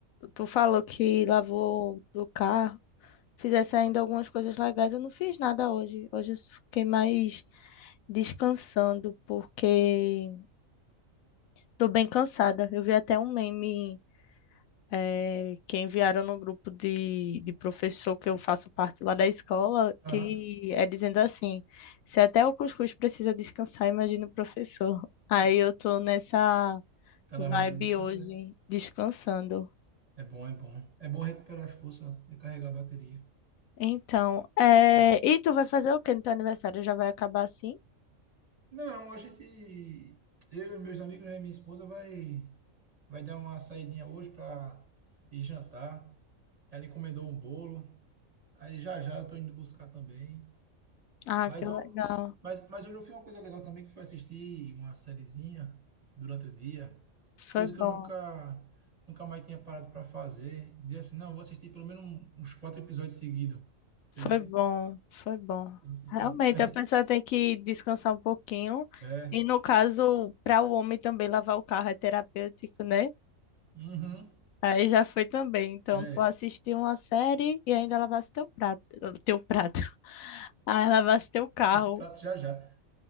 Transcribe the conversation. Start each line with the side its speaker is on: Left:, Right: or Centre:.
Left: tu falou que lavou o carro, fizesse ainda algumas coisas legais. Eu não fiz nada hoje. Hoje eu fiquei mais. descansando, porque tô bem cansada. Eu vi até um meme eh, que enviaram no grupo de, de professor que eu faço parte lá da escola,
Right: Aham.
Left: que é dizendo assim: se até o cuscuz precisa descansar, imagina o professor. <laughs> Aí eu tô nessa
Right: Tá
Left: vibe
Right: na vibe de descansar?
Left: hoje, descansando.
Right: É bom, é bom. É bom recuperar as forças, recarregar a bateria.
Left: Então, eh,
Right: Bom.
Left: e tu vai fazer o quê no teu aniversário? Já vai acabar assim?
Right: Não, a gente, eu e meus amigos né, e minha esposa vai, vai dar uma saidinha hoje pra ir jantar. Ela encomendou um bolo. Aí já já eu tô indo buscar também.
Left: Ah,
Right: Mas,
Left: que legal.
Right: o- mas, mas hoje eu fiz uma coisa legal também, que foi assistir uma sériezinha durante o dia,
Left: Foi
Right: coisa
Left: bom.
Right: que eu nunca, nunca mais tinha parado para fazer. Dizer assim, não, vou assistir pelo menos um- uns quatro episódios seguidos. Entendeu?
Left: Foi
Right: assim?
Left: bom, foi bom.
Right: E assistir-
Left: Realmente,
Right: assim,
Left: a pessoa tem que descansar um pouquinho.
Right: É.
Left: E no caso, para o homem também lavar o carro é terapêutico, né?
Right: Uhum.
Left: Aí já foi também. Então,
Right: É.
Left: tu assistiu uma série e ainda lavasse teu prato, teu prato. <laughs> Aí lavasse teu carro
Right: Os pratos já já.